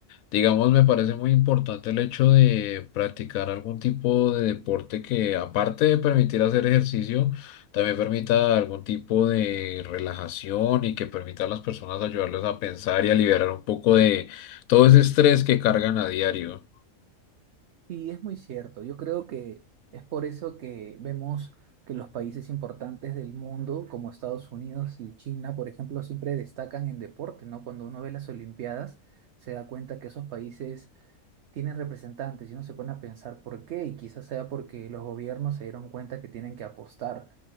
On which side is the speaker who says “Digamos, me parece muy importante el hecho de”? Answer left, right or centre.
Left